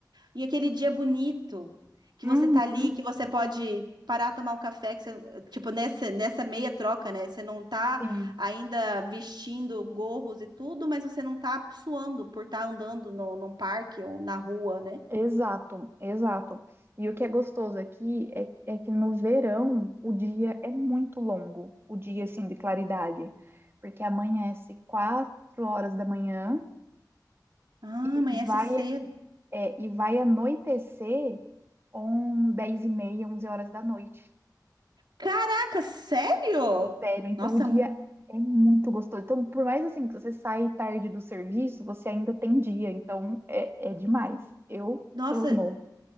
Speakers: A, on the right (about 80°); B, on the right (about 35°).
A: e aquele dia bonito que
B: uhum,
A: você tá ali, que você pode parar, tomar um café, que você- tipo, nessa, nessa meia troca, né? Você não tá
B: sim,
A: ainda vestindo gorros e tudo, mas você não tá suando por estar andando no, num parque ou na rua, né?
B: exato, exato. E o que é gostoso aqui é, é que no verão o dia é muito longo, o dia, assim, de claridade. Porque amanhece quatro horas da manhã
A: Ah,
B: e
A: amanhece
B: vai,
A: cedo.
B: é, e vai anoitecer. Um, 10 e meia, 11 horas da noite.
A: Caraca, sério?
B: sério. Então
A: Nossa,
B: o dia
A: mu-
B: é muito gostoso. Então, por mais assim que você sai tarde do serviço, você ainda tem dia. Então é, é demais. Eu
A: nossa,
B: amo